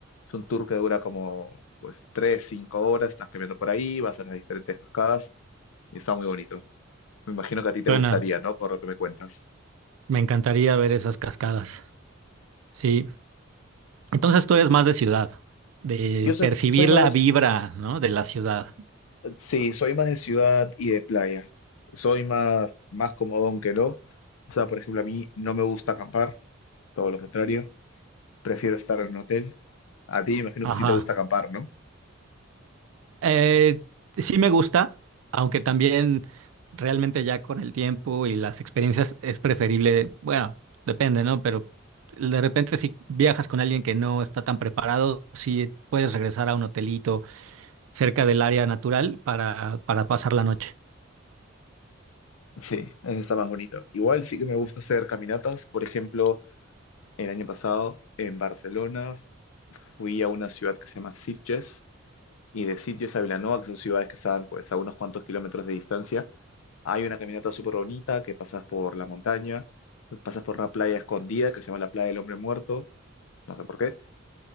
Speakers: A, on the left; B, on the right.
A: Es un tour que dura como pues tres, cinco horas, estás caminando por ahí, vas a las diferentes cascadas y está muy bonito. Me imagino que a ti te
B: suena,
A: gustaría, ¿no? Por lo que me cuentas.
B: me encantaría ver esas cascadas. Sí, entonces tú eres más de ciudad, de
A: Yo so-
B: percibir
A: soy, más,
B: la vibra, ¿no? de la ciudad.
A: sí, soy más de ciudad y de playa. Soy más, más comodón que no. O sea, por ejemplo, a mí no me gusta acampar, todo lo contrario. Prefiero estar en un hotel. A ti imagino que
B: Ajá.
A: sí te gusta acampar, ¿no?
B: Eh, sí me gusta, aunque también realmente ya con el tiempo y las experiencias es preferible, bueno, depende, ¿no? Pero de repente si viajas con alguien que no está tan preparado, sí puedes regresar a un hotelito cerca del área natural para, para pasar la noche.
A: Sí, Eso está más bonito. Igual sí que me gusta hacer caminatas. Por ejemplo, el año pasado en Barcelona fui a una ciudad que se llama Sitges y de Sitges a Vilanova, que son ciudades que están pues a unos cuantos kilómetros de distancia, hay una caminata súper bonita que pasas por la montaña, pasas por una playa escondida que se llama la Playa del Hombre Muerto, no sé por qué,